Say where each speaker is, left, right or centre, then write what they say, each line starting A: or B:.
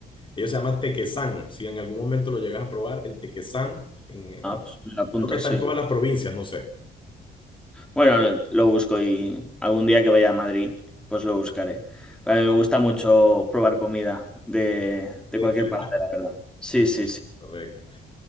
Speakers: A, on the left; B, in the centre.
A: Ellos se llaman Tequesán, si en algún momento lo llegas a probar, el Tequesán, en- en-
B: Ah, pues me lo apunto,
A: creo que está
B: sí.
A: en todas las provincias, no sé,
B: Bueno, lo, lo busco y algún día que vaya a Madrid, pues lo buscaré. A mí me gusta mucho probar comida de, de
A: de
B: cualquier
A: diferentes
B: parte,
A: países.
B: la verdad. Sí,
A: Sí,
B: sí, sí.
A: correcto.